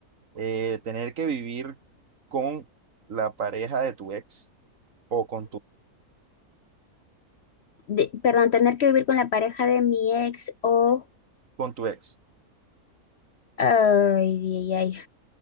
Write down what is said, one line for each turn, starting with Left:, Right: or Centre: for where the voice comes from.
Right: Eh, ¿tener que vivir con la pareja de tu ex o con tu,
Left: De- perdón, tener que vivir con la pareja de mi ex o...
Right: con tu ex?
Left: Ay, ay, ay.